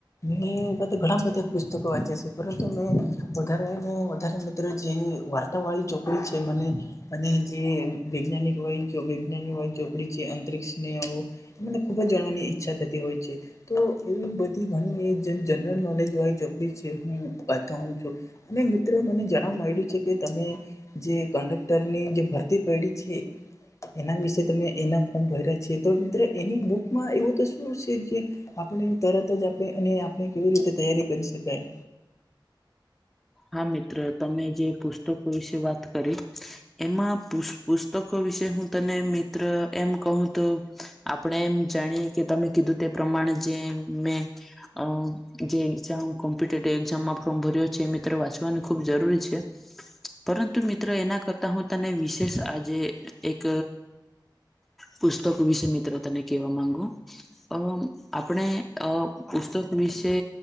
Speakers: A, on the left; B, in the centre.
A: મે એવા તો ઘણા બધા પુસ્તકો વાંચ્યા છે, પરંતુ મેં વધારેને વધારે ત્ર જે વાર્તા વાળી ચોકડી છે, મને અને જે વૈજ્ઞાનિક હોય વૈજ્ઞાનિક વાડી ચોપડી પડી છે, અંતરિક્ષ <unintelligible> મને ખુબ જ જાણવાની ઈચ્છા થતી હોય છે. તો એવી બધી ઘણી એ જ જનરલ નોલેજ વાળી ચોપડી છે, હું બાટાવુ છું અને મિત્રો મને જણવા માંળયું છે, કે તમે જે કંડક્ટરની જે ભરતી પયડી છે. એના વિશે તમે એના ફોર્મ ભર્યા છે, તો મિત્ર એની બુકમાં એવું તો શું છે, જે આપણે તરત જ આપે અને આપણે કેવી રીતે તૈયારી કરી શકાય
B: હા મિત્ર તમે જે પુસ્તકો વિશે વાત કરી એમાં પુ પુસ્તકો વિશે હું તને મિત્ર એમ કહું તો આપણે એમ જાણીએ કે તમે કીધું તે પ્રમાણે જે મેં અ જે એકઝામ કોમ્પિટેટિવ એઝામમાં ફોર્મ ભર્યો છે, મી ત્ર વાચવાનુ ખૂબ જરૂરી છે. પરંતુ મિત્રો એના કરતા હું તને વિશેષ આજે એક પુસ્તક વિશે મિત્ર તને કહેવા માગુ અ આપણે અ પુસ્તક વિશે